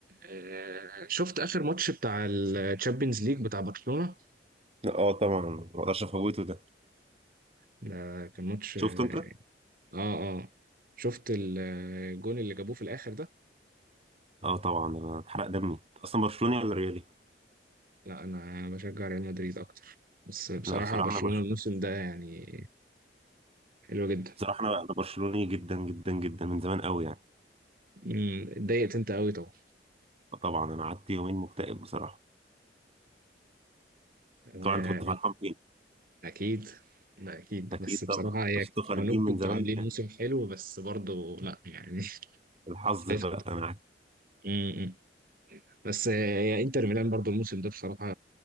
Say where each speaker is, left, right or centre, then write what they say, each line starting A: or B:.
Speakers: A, on the right; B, on the right.
A: آه، شفت اخر ماتش بتاع الشامبيونز ليج بتاع برشلونة
B: اه طبعا ما اقدرش افوته ده
A: ده كان ماتش اه
B: شفته انت
A: اه شفت ال- الجون اللي جابوه في الاخر ده
B: اه طبعا انا اتحرق دمي اصلا برشلوني ولا ريالي
A: لا انا بشجع ريال مدريد اكتر بس بصراحة
B: لا بصراحه
A: برشلونة
B: انا برشلوني
A: الموسم ده يعني حلو جدا
B: بصراحه انا أنا برشلوني جدا جدا جدا من زمان قوي يعني
A: أمم، اتضايقت انت قوي طبعا
B: فطبعا انا قعدت يومين مكتئب بصراحه
A: آه،
B: طبعا انت كنت فرحان فين
A: اكيد لا اكيد
B: اكيد
A: بس بصراحة
B: طبعا
A: هي
B: بس انتوا خارجين
A: لو انكم
B: من
A: كنتوا
B: زمان
A: عاملين
B: يعني.
A: موسم حلو بس برضه لا يعني <laughs>
B: الحظ
A: شايف
B: بقى انا عارف.
A: كده بس آه، يعني انتر ميلان برضو الموسم ده بصراحة